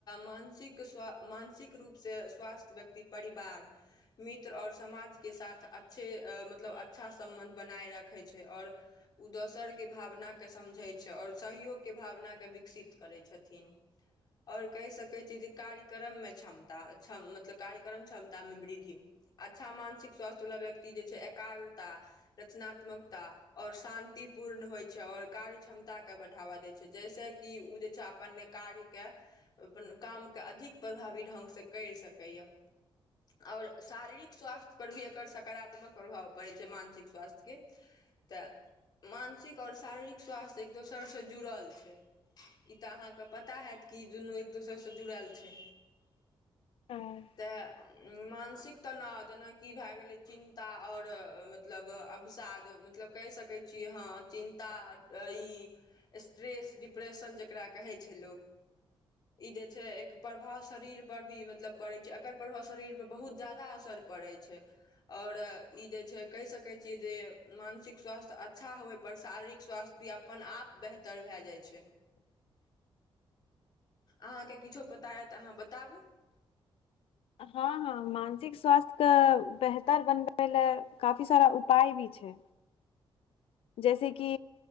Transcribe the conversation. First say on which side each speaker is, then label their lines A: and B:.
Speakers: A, on the left; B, on the left.
A: मानसिक मानसिक रूप सँ स्वास्थ्य व्यक्ति परिवार मित्र और समाज के साथ अच्छे मतलब अच्छा सम्बन्ध बनाय रखै छै छै और दोसर के भावना के समझै छै आ और सहयोग के भावना के विकसित करै छै छथिन और कहि सकैत छीै जे कार्यक्रम में क्षमता क्षम मतलब कार्यक्रम क्षमता में वृद्धि अच्छा मानसिक स्वास्थ्य वाला व्यक्ति जे छै एकाग्रता रचनात्मक और शान्ति पूर्ण होइ छै और कार्य क्षमता के बढ़ावा देै छै जैसे कि ओ जे छै अपन कार्य के काम के अधिक प्रभावी ढङ्ग सँ करि सकैए और शारीरिक स्वास्थ्य पर भी एकर सकारात्मक प्रभाव पड़ै छै मानसिक स्वास्थ्य के तऽ मानसिक और शारीरिक स्वास्थ्य एक दोसरसँ जुड़ल छै ई तऽ अहाँके पता हैत कि दुनू एक दोसरसँ जुड़ल छै
B: हँ,
A: तऽ मानसिक तनाव जेना कि भए गेलै चिंन्ता और मतलब अवसाद मतलब कहि सके छीय ह चिंता ई स्ट्रेस डिप्रेशन जेकरा कहे छै लोक ई जे छै एक प्रभाव शरीर पर भी मतलब पड़ै छै एकर प्रभाव शरीर पर बहुत ज्यादा असर परै छै और ई जे छै कहि सकै छियै जे मानसिक स्वास्थ्य अच्छा होबय पर शारीरिक स्वास्थ्य भी अपन आप बेहतर भए जाइ छै अहाँ के किछो पता यए तऽ अहाँ बताबू
B: हँ हँ मानसिक स्वास्थ्य कऽ बेहतर बनबै लए काफी सारा उपाय भी छै जैसे कि